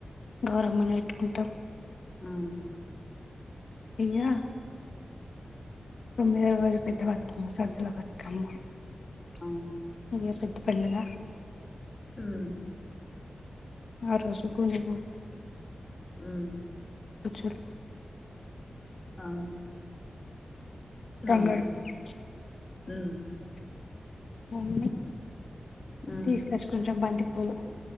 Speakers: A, on the left (about 70°); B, on the left (about 30°).
A: గౌరమ్మ ని పెట్టుకుంటాం
B: ఉమ్
A: ఇంగా తొమ్మిదో రోజుపెద్ద బతుకమ్మ సద్దులొ బతుకమ్మ
B: ఆ
A: ఈ రోజుపెద్ద పండుగా
B: ఉమ్
A: ఆ రోజు గుడికి పో
B: ఉమ్
A: చలు
B: అవును ఉమ్
A: తంగడి పూలు
B: ఉమ్
A: అవును
B: హ్మ్
A: తీసుకొచ్చు కొంచెం బంతి అవును